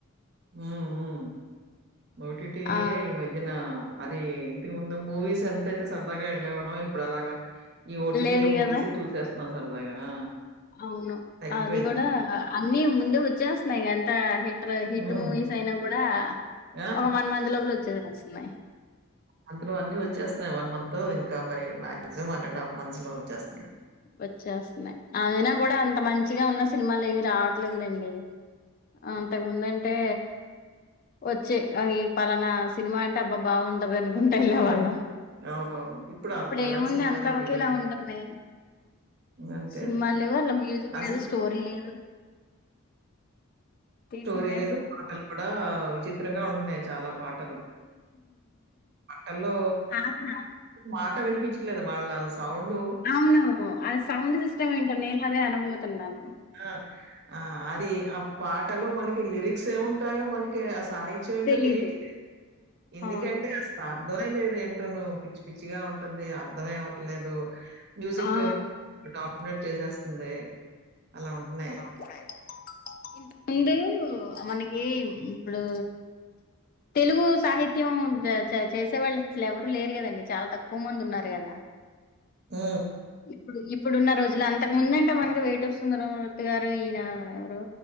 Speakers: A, on the right; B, on the left.
A: మ్ ఉమ్ ఓటిటీయే
B: ఆ
A: ఈ మధ్యనా అది ఇంతకు ముందు మూవీస్ ఎంత అయితే సరదాగా ఎళ్ళేవాళ్ళమో ఇప్పుడు అలాగా ఈ ఓటీటీలో
B: లేదు
A: మూవీసే
B: కదా
A: చూసేస్తున్నాం సరదాగా ఆ
B: అవును.
A: తగ్గిపోయిందది.
B: అది గూడా అన్నీ ముందే వచ్చేస్తున్నాయ్ ఎంత హె ట్ర హిట్
A: హ్మ్.
B: మూవీస్ అయినా గుడా
A: ఆ!
B: ఒక వన్ మంత్ లోపల వచ్చేస్తున్నయి.
A: అంతలో అన్ని వచ్చేస్తున్నాయి. వన్ మంతు ఇంకా మరి మాక్సిమం వన్ అండ్ హాఫ్ మంత్స్లో వచ్చేస్తున్నాయి.
B: వచ్చేస్తున్నాయ్ అయిన గుడా అంత మంచిగా ఉన్న సినిమాలు ఏవి రావట్లేదు లెండి. అంతక్ ముందంటే ఒచ్చె అవి పలానా సినిమా అంటే అబ్బా బాగుంటదని ఉంట ఎల్లే వాళ్ళం
A: హ్మ్. అవునవును. ఇప్పుడు
B: ఇప్పుడ్
A: అంత అలాంటి
B: ఏముంది
A: సినిమాలేమి
B: అంత ఒకేలా
A: లేవులెండి.
B: ఉంటున్నయ్
A: అంతే
B: సినిమాల్
A: అంతే.
B: లేవు అన్ల మ్యూజిక్
A: అసలు
B: లేదు స్టోరీ లేదు. తీసిందే
A: స్టోరీ లేదు పాటల్ కూడా విచిత్రంగా ఉన్నయ్ చాలా పాటలు. హలో
B: ఆహా
A: మాట వినిపించట్లేదు వాళ్ళ సౌండు
B: అవును ఆ సౌండ్ సిస్టమ్ ఏంటొ నేను అదే అనబోతున్నాను.
A: ఆ ఆ అది ఆ పాటలో మనకి లిరిక్స్ ఏముంటాయో మనకి అస <inaudible> ఏంటో
B: తెలీదు
A: తెలిట్లేదు ఎందుకంటే
B: అవును
A: ఆ స్తా <unintelligible> ఏంటోనో పిచ్చి పిచ్చిగా ఉంటుంది అర్ధమే అవ్వట్లేదు. మ్యూజిక్
B: ఆ
A: ఏమో డామినేట్ చేసేస్తుంది. అలా ఉంటున్నాయి.
B: అలా ఉంటున్నాయి. ఇంత ముందు మనకి ఇప్పుడు తెలుగు సాహిత్యం ద చ చేసే వాళ్ళు అసలు ఎవరు లేరు గదండి చాలా తక్కువ మంది ఉన్నారు గదా
A: మ్
B: ఇప్పుడు ఇప్పుడున్న రోజుల అంతక్ ముందంటే మనకి వైటర్స్ ఉన్నరు మూర్తి గారు ఈయన ఎవరు